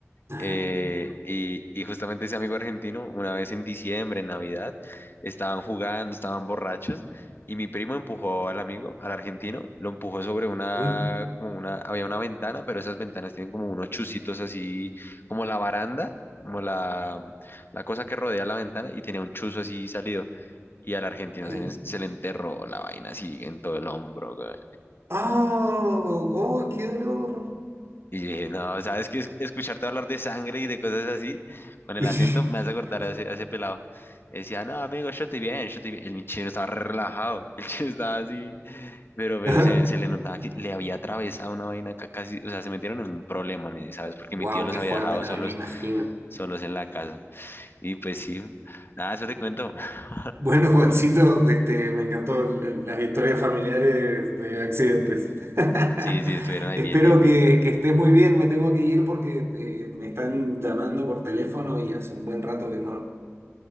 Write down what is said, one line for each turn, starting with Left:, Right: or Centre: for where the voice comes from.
Right: Ajá.
Left: eh, y, y justamente ese amigo argentino, una vez en diciembre, en Navidad, estaban jugando, estaban borrachos, y mi primo empujó al amigo, al argentino, lo empujó sobre una,
Right: Uy,
Left: como una, había una ventana, pero esas ventanas tienen como unos chusitos así, como la baranda, como la, la cosa que rodea la ventana, y tenía un chuzo así salido, y al argentino
Right: ok.
Left: se, le- se le enterró la vaina así en todo el hombro, güey.
Right: ¡Ah! ¡Oh, qué dolor!
Left: Y dije, no, ¿sabes qué? Es- Escucharte hablar de sangre y de cosas así, con el
Right: <laughs>
Left: acento, me hace acordar
Right: Híjole.
Left: a ese, a ese pelado. Decía, no, amigo, yo estoy bien, yo estoy bien. El chino estaba re relajado, <laughs> el chino estaba así, pero, pero
Right: Ajá.
Left: se, se le notaba que le había atravesado una vaina acá casi, o sea, se metieron en un problema, ¿no? ¿sabes? Porque
Right: Wow,
Left: mi tío los
Right: <laughs> qué
Left: había
Right: fuerte,
Left: dejado
Right: también
Left: solos,
Right: me imagino.
Left: solos en la casa. Y pues sí, nada, eso te cuento. <laughs>
Right: Bueno, Juancito, este, me encantó el- el- las historias familiares de accidentes. <laughs>
Left: Sí, sí, estuvieron ahí
Right: Espero
Left: bien, bien, bien.
Right: que, que estés muy bien. Me tengo que ir porque eh, me están llamando por teléfono y hace un buen rato que no